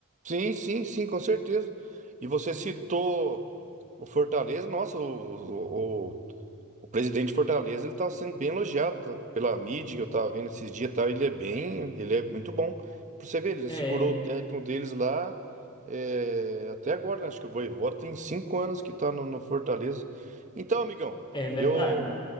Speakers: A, on the right (about 35°); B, on the left (about 25°).
A: Sim, sim, sim, com certeza. E você citou o Fortaleza, nossa, o, o, o O presidente de Fortaleza, ele tá sendo bem elogiado pela mídia que eu tava vendo esses dias, e Ele é bem, ele é muito bom. Pra você ver, ele já
B: É,
A: segurou o técnico deles lá é, até agora, né? Acho que o Vojvoda tem cinco anos que tá no, no Fortaleza. Então, amigão,
B: é verdade.
A: eu